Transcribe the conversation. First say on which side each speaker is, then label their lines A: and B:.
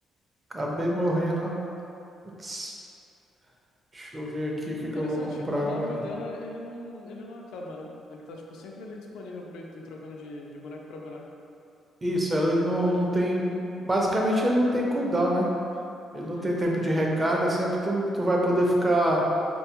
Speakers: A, on the right (about 25°); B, on the left (about 80°).
A: Acabei
B: Uhum.
A: morrendo, ó. Putz, deixa eu ver aqui o que
B: Interessante,
A: que eu vou comprar
B: o W
A: agora.
B: dela, ele não, ele não acaba, né? Ele tá, tipo, sempre ali disponível pra eu ir trocando de, de boneco pra boneco.
A: Isso, ela- ele não, não tem. Basicamente, ele não tem cooldown, né?
B: Uhum.
A: Ele não tem tempo de recarga. Sempre tu, tu vai poder ficar